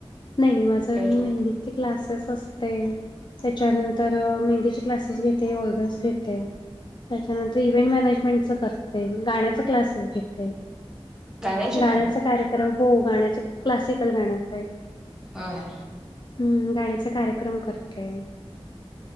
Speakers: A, on the left; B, in the centre.
A: नाही नाही माझ मी
B: जॉब
A: मेहंदीचे क्लासेस असते त्याच्यानंतर मेहंदी क्लासे. सेस घेते ऑर्डर्स घेते. त्याच्यानंतर इव्हेंट मॅनेजमेंटच करते गाण्याचा क्लासेस घेते.
B: गाण्याचे
A: गाण्याचा
B: पण
A: कार्यक्रम हो गाण्याचे क्लासिकल गाण्याच आहे.
B: होय
A: हम्म गाण्याचा कार्यक्रम करते.